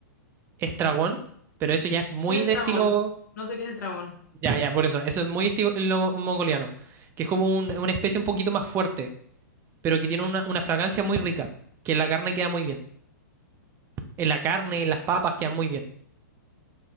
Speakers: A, on the right; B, on the left.
A: estragón, pero eso ya es muy
B: ¿Qué es estrabón?
A: de estilo
B: No sé qué es estrabón.
A: Ya, ya, por eso. Eso es muy estilo mongoliano, que es como un- una especie un poquito más fuerte, pero que tiene una, una fragancia muy rica, que en la carne queda muy bien. En la carne, en las papas quedan muy bien.